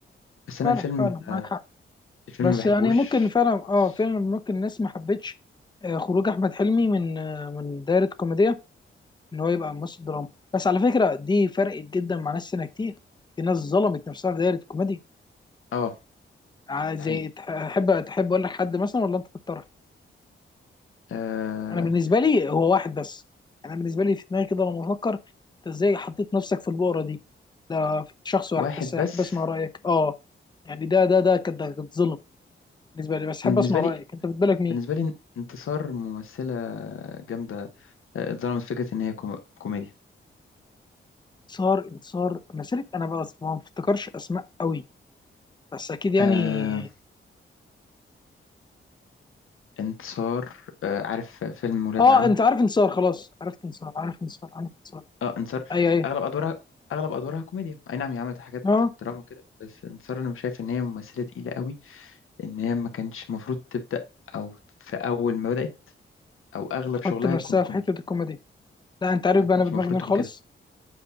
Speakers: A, on the left; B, on the left.
A: بس انا
B: فعلا
A: الفيلم
B: فعلا معاك حق
A: الفيلم
B: بس
A: ما بحبوش
B: يعني ممكن فعلا
A: خالص
B: اه فعلا ممكن الناس ما حبتش آه، خروج احمد حلمي من آه، من دايره كوميديا ان هو يبقى ممثل دراما بس على فكره دي فرقت جدا مع ناس سنه كتير في ناس ظلمت نفسها في دايره الكوميديا
A: اه
B: ع- زي
A: ده حقيقي
B: تح- تحب تحب اقول لك حد مثلا ولا انت تختار
A: أه
B: انا بالنسبه لي هو واحد بس انا بالنسبه لي في دماغي كده لما افكر انت ازاي حطيت نفسك في البؤره دي ده شخص واحد
A: واحد
B: بس
A: بس
B: حابب اسمع رايك اه يعني ده ده ده كانت ده كانت ظلم بالنسبه لي بس حابب
A: أنا بالنسبة
B: اسمع
A: لي
B: رايك انت في بالك مين
A: بالنسبة لي انتصار ممثلة جامدة آه، اتظلمت فكرة إن هي كو- كوميديا
B: انتصار انتصار مسيره انا بس ما بفتكرش اسماء قوي بس اكيد يعني
A: أه انتصار أه عارف فيلم ولاد
B: اه
A: العم
B: انت عارف انتصار خلاص عرفت انتصار عارف انتصار عارف انتصار
A: اه انتصار
B: ايوه ايوه
A: أغلب أدوارها أغلب أدوارها كوميديا أي نعم هي عملت حاجات
B: اه
A: دراما وكده بس انتصار أنا مش شايف إن هي ممثلة تقيلة قوي إن هي ما كانش المفروض تبدأ أو في أول ما بدأت أو أغلب
B: تحط
A: شغلها
B: نفسها
A: يكون كوميدي
B: في حته الكوميدي لا انت عارف
A: ما كانش
B: بقى انا بدماغي
A: المفروض
B: مين
A: تكون
B: خالص
A: كده